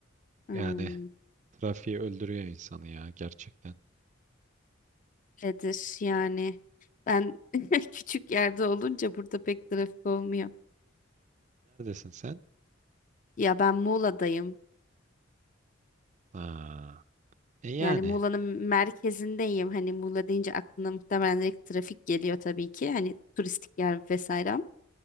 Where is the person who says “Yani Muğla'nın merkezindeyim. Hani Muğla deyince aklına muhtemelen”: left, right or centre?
Left